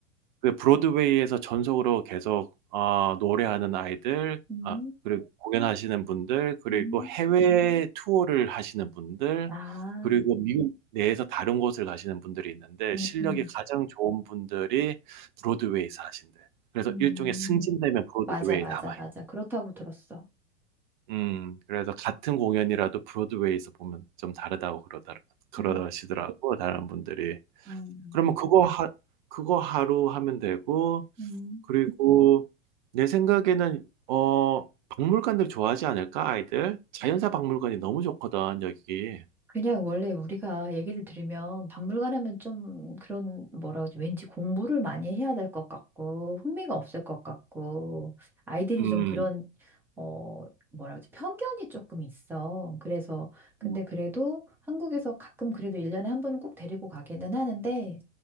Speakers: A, on the right (about 40°); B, in the centre.
A: 그 브로드웨이에서 전속으로 계속 어 노래하는 아이들
B: 음,
A: 아 그리고 공연하시는 분들 그리고
B: 음,
A: 해외 투어를 하시는 분들
B: 아,
A: 그리고 미국 내에서 다른 곳을 가시는 분들이 있는데
B: 음,
A: 실력이
B: 음,
A: 가장 좋은 분들이 브로드웨이에서 하신대 그래서
B: 음.
A: 일종의 승진되면 브로드웨이에
B: 맞아, 맞아,
A: 남아있
B: 맞아. 그렇다고 들었어.
A: 음 그래서 같은 공연이라도 브로드웨이에서 보면 좀 다르다고 그러다 그러시더라고
B: 음,
A: 다른 분들이.
B: 음,
A: 그러면 그거 하 그거 하루 하면 되고
B: 음.
A: 그리고 내 생각에는 어 박물관들 좋아하지 않을까 아이들? 자연사 박물관이 너무 좋거든 여기.
B: 그냥 원래 우리가 얘기를 들으면 박물관 하면 좀 그런 뭐라 그러지 왠지 공부를 많이 해야 될 것 같고 흥미가 없을 것 같고 아이들이
A: 음,
B: 좀 그런 어 뭐라 그러지 편견이 조금 있어. 그래서 근데
A: 음,
B: 그래도 한국에서 가끔 그래도 1년에 한 번은 꼭 데리고 가기는 하는데